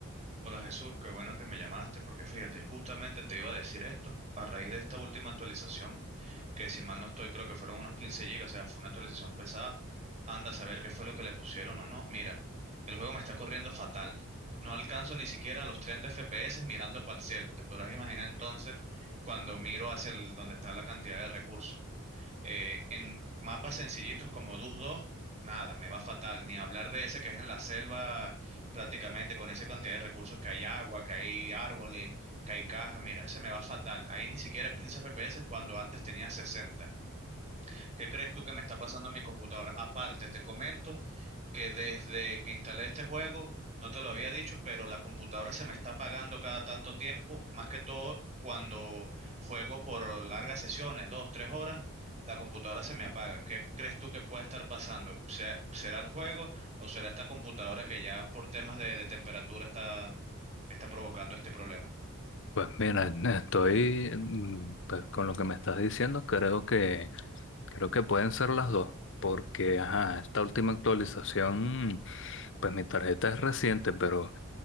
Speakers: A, on the right; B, on the left.
A: Hola Jesús, qué bueno que me llamaste porque fíjate, justamente te iba a decir esto a raíz de esta última actualización, que si mal no estoy creo que fueron unos 15 gigas, o sea, fue una actualización pesada, anda a saber qué fue lo que le pusieron o no. Mira, el juego me está corriendo fatal, no alcanzo ni siquiera los 30 FPS mirando para el cielo, te podrás imaginar entonces cuando miro hacia el, donde está la cantidad de recursos. Eh, en mapas sencillitos como Dus 2 nada, me va fatal. Ni hablar de ese que es en la selva prácticamente, con esa cantidad de recursos que hay agua, que hay árboles, que hay cajas. Mira, ese me va fatal. Ahí ni siquiera 15 FPS cuando antes tenía 60. ¿Qué crees tú que me está pasando en mi computadora? Aparte, te comento que desde que instalé este juego, no te lo había dicho, pero la computadora se me está apagando cada tanto tiempo, más que todo cuando juego por largas sesiones, dos, tres horas, la computadora se me apaga. ¿Qué crees tú que pueda estar pasando? ¿Sea- ¿Será el juego o será esta computadora que ya por temas de, de temperatura está, está provocando este problema?
B: Pues mira, estoy mm, pues, con lo que me estás diciendo, creo que creo que pueden ser las dos, porque ajá, esta última actualización Pues mi tarjeta es reciente, pero